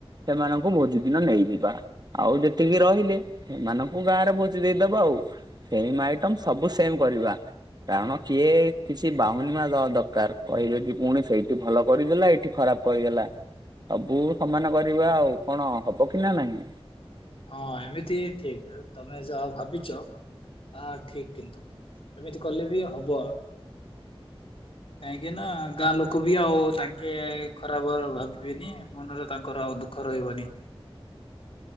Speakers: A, on the right; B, on the left.
A: ସେମାନଙ୍କୁ ଭୋଜି ଦିନ ନେଇଯିବା। ଆଉ ଯେତିକି ରହିଲେ ସେମାନଙ୍କୁ ଗାଁରେ ଭୋଜି ଦେଇଦବ ଆଉ। ସେମ୍ ଆଇଟମ୍ ସବୁ ସେମ୍ କରିବା। କାରଣ କିଏ କିଛି ବାହୁନିବା ନ ଦରକାର କହିଲେ କି ପୁଣି ସେଇଠି ଭଲ କରିଦେଲା ଏଇଠି ଖରାପ କରିଦେଲା ସବୁ ସମାନ କରିବା ଆଉ କଣ ହବ କି ନା ନାହିଁ?
B: ହଁ ଏମିତି ଠିକ ତମେ ଯାହା ଭାବିଛ ତାହା ଠିକ କିନ୍ତୁ। ଏମିତି କଲେ ବି ହବ? କାହିଁକି ନା ଗାଁ ଲୋକ ବି ଆଉ ତାଙ୍କେ ଖରାପ ଭାବିବେନି ମନରେ ତାଙ୍କର ଆଉ ଦୁଃଖ। ଦୁଃଖ ରହିବନି।